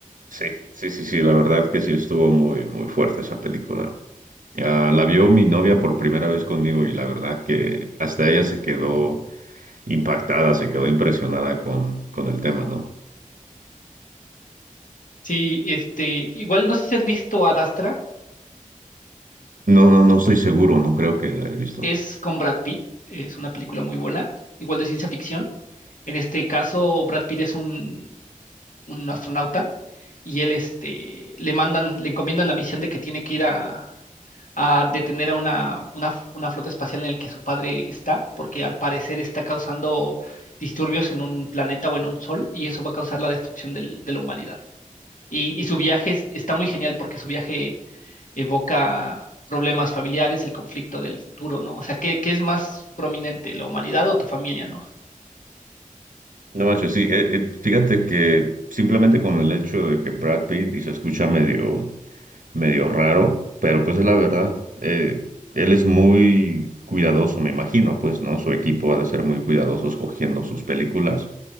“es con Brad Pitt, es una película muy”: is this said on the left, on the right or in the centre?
Left